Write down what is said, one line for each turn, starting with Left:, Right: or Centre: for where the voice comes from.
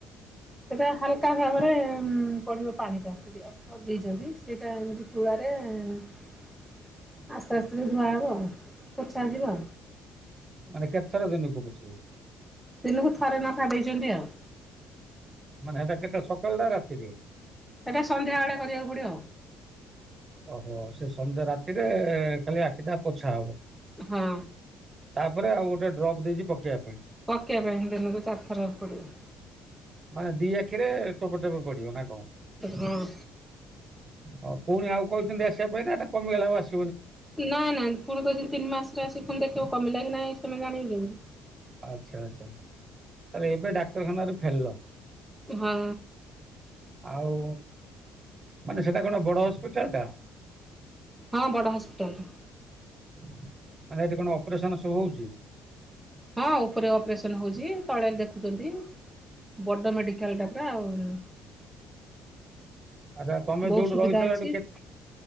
Centre: ସେଟା ହାଲକା ଭାବରେ ପଡିବ ପାଣିଟା ଦେଇଚନ୍ତି। ସେଇଟା ଏମତି ତୁଳାରେ <inaudible> ଆସ୍ତେ ଆସ୍ତେ ଧୁଆ ହବ ପୋଛା ଯିବ।
Right: ମାନେ କେତେ ଥର ଦିନକୁ ପୋଛିବୁ।
Centre: ଦିନକୁ ଥରେ ନଖା ଦେଇଚନ୍ତି ଆଉ
Right: ମାନେ ସେଟା କେତେ ସକାଳଟା ରାତିରେ?
Centre: ସେଇଟା ସନ୍ଧ୍ୟା ବେଳେ କରିବାକୁ ପଡିବ।
Right: ଓହୋ ସେ ସନ୍ଧ୍ୟା ରାତିରେ ଖାଲି ଆଖିଟା ପୋଛା ହବ।
Centre: ହଉ
Right: ପରେ ଆଉ ଗୋଟେ ଡ୍ରପ୍ ଦେଇଚି ପକେଇବା ପାଇଁ।
Centre: ପକେଇବା ପାଇଁ ଦିନକୁ ଚାରିଥର ପଡିବ। <inaudible>
Right: ମାନେ ଦି ଆଖିରେ ଟୋପେ ଟୋପେ ପ ପିଅ ନା କଣ
Centre: ହଁ।
Right: <inaudible> ହଉ ପୁଣି ଆଉ କହୁଛନ୍ତି ଆସିବା ପାଇଁ ଏଟା କମଗଲା ଆଉ ଆସ
Centre: ନାଇଁ ନାଇଁ ପୁଣି କହିଛନ୍ତି। ତିନି ମାସ୍ ରେ ଆସିକି ଦେଖିବାକୁ କମିଲା କି ନାଇଁ ତମେ ଜାଣିବେ କେମିତି?
Right: ଆଚ୍ଛା ଆଚ୍ଛା ତାହଲେ ଏବେ ଡାକ୍ତରଖାନା ରୁ ଫେରିଲ।
Centre: ହଁ
Right: ଆଉ ମାନେ ସେଟା କଣ ବଡ ହସ୍ପିଟାଲ ଟା?
Centre: ହଁ ବଡ଼ ହସ୍ପିଟାଲ୍ ଟା
Right: <inaudible> ମାନେ ଏଠି କଣ ଅପରେସନ ସବୁ ହଉଚି।
Centre: ହଁ ଉପରେ ଅପରେସନ ହଉଛି ତଳେ ଦେଖୁଛନ୍ତି ବଡ ମେଡିକାଲ ଟା ପରା ଆଉ <inaudible>
Right: ଆଚ୍ଛା ତମେ
Centre: ବହୁତ
Right: ଯୋଉଠୁ
Centre: ସୁବିଧା
Right: ରହିଥିଲ
Centre: ଅଛି
Right: ଏଠୁ କେତେ